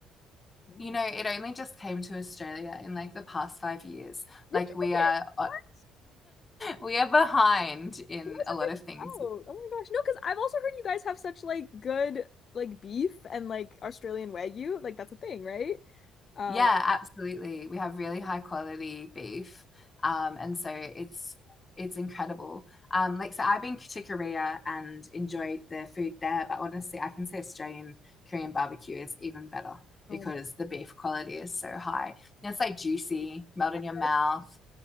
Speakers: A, on the left; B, on the left.
A: Yeah.
B: You know, it only just came to Australia in like the past five years.
A: You're
B: Like
A: joking.
B: we are <laughs>
A: What?
B: we are behind in
A: You guys
B: a
A: are
B: lot
A: missing
B: of things.
A: out. Oh my gosh. No, because I've also heard you guys have such like good like beef and like Australian Wagyu. Like that's a thing, right? Uh,
B: Yeah, absolutely. We have really high quality beef. Um, and so it's it's incredible. Um, like so I've been to Korea and enjoyed the food there, but honestly, I can say Australian Korean barbecue is even better because
A: oh my
B: the beef quality is so high. And it's like juicy, melt
A: yeah,
B: in your mouth.